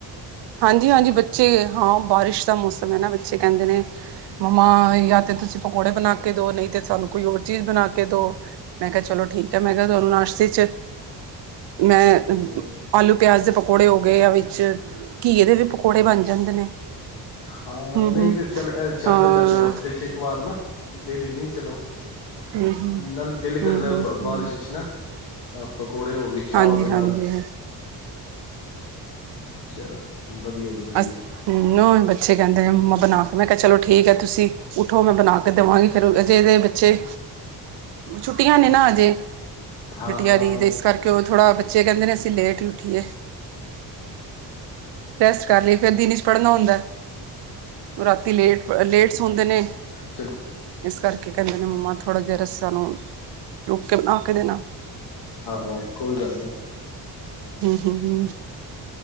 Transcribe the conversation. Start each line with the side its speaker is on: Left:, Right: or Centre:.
Right: ਹਾਂਜੀ ਹਾਂਜੀ ਬੱਚੇ, ਹਾਂ ਬਾਰਿਸ਼ ਦਾ ਮੌਸਮ ਹੈ ਨਾ, ਬੱਚੇ ਕਹਿੰਦੇ ਨੇ ਮੰਮਾ ਯਾਂ ਤੇ ਤੁਸੀਂ ਪਕੌੜੇ ਬਣਾ ਕੇ ਦੋ, ਨਹੀਂ ਤੇ ਸਾਨੂੰ ਕੋਈ ਹੋਰ ਚੀਜ਼ ਬਣਾ ਕੇ ਦੋ ਮੈਂ ਕਿਹਾ ਚਲੋ ਠੀਕ ਹੈ। ਮੈਂ ਕਿਹਾ ਤੁਹਾਨੂੰ ਨਾਸ਼ਤੇ ਚ ਮੈਂ
Left: ਹੂੰ,
Right: ਆਲੂ ਪਿਆਜ ਦੇ ਪਕੌੜੇ ਹੋ ਗਏ ਜਾਂ ਵਿੱਚ ਘੀਏ ਦੇ ਵੀ ਪਕੌੜੇ ਬਣ ਜਾਂਦੇ ਨੇ।
Left: ਹਾਂ
Right: ਹੂੰ
Left: ਨਹੀਂ
Right: ਹੂੰ
Left: ਤੇ ਚੱਲ ਏ ਚੱਲ
Right: ਹਾਂ
Left: ਜਾਂਦਾ ਹਫ਼ਤੇ ਚ ਇੱਕ ਵਾਰ ਨਾ, ਡੇਲੀ ਨਹੀ ਚਲੋ
Right: ਹੂੰ ਹੂੰ
Left: ਨਾਲ ਦਿਲ ਕਰਦਾ
Right: ਹੂੰ ਹੂੰ
Left: ਬਾਰਿਸ਼ ਚ ਨਾ, ਪਕੌੜੇ ਹੋ ਗਏ ਚਾਹ
Right: ਹਾਂਜੀ,
Left: ਹੋਵੇ ਨਾਲ।
Right: ਹਾਂਜੀ, ਹਾਂਜੀ।
Left: ਚਲੋ, ਵਧੀਆ ਜੀ ਵਧੀਆ
Right: ਅਸ ਨਾ ਬੱਚੇ ਕਹਿੰਦੇ ਮੰਮਾ ਬਣਾ ਕੇ, ਮੈਂ ਕਿਹਾ ਚਲੋ ਠੀਕ ਹੈ ਤੁਸੀਂ ਉੱਠੋਂ ਮੈਂ ਬਣਾ ਕੇ ਦੇਵਾਂਗੀ ਫਿਰ ਅਜੇ ਦੇ ਬੱਚੇ ਛੁੱਟੀਆਂ ਨੇ ਨਾ ਹਜੇ
Left: ਹਾਂ-ਹਾਂ
Right: ਬਿਟੀਆਂ ਦੀ ਤੇ, ਇਸ ਕਰਕੇ ਉਹ ਥੋੜ੍ਹਾ ਬੱਚੇ ਕਹਿੰਦੇ ਨੇ ਅਸੀਂ ਲੇਟ ਹੀ ਉੱਠੀਏ ਰੈਸਟ ਕਰ ਲਏ ਫੇਰ, ਦਿਨ ਚ ਪੜ੍ਹਨਾ ਹੁੰਦਾ। ਰਾਤੀ ਲੇਟ, ਲੇਟ ਸੋਂਦੇ ਨੇ।
Left: ਅੱਛਾ।
Right: ਇਸ ਕਰਕੇ ਕਹਿੰਦੇ ਨੇ ਮੰਮਾ ਥੋੜ੍ਹਾ ਜਿਹਾ ਰਸਮ ਰੁਕ ਕੇ ਬਣਾ ਕੇ ਦੇਣਾ
Left: ਹਾਂ, ਕੋਈ ਗੱਲ ਨਹੀਂ
Right: ਹੂੰ-ਹੂੰ